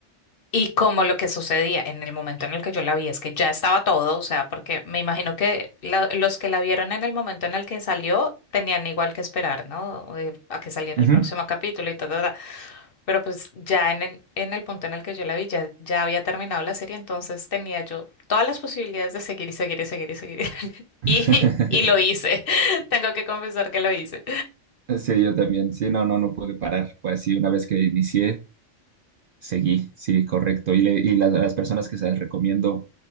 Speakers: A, on the left; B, on the right.
A: y como lo que sucedía en el momento en el que yo la vi es que ya estaba todo, o sea, porque me imagino que la- los que la vieron en el momento en el que salió tenían igual que esperar, ¿no? Eh, a que saliera
B: Ujú.
A: el próximo capítulo y todo. Pero pues ya en, el en el punto en el que yo la vi, ya, ya había terminado la serie, entonces tenía yo todas las posibilidades de seguir y seguir y seguir y seguir. <laughs>
B: <laughs>
A: Y, y lo hice. <laughs> Tengo que confesar que lo hice.
B: Sí, yo también. Sí, no, no, no pude parar. Fue así, una vez que inicié, seguí, sí, correcto. Y, le- y la- las personas que se las recomiendo,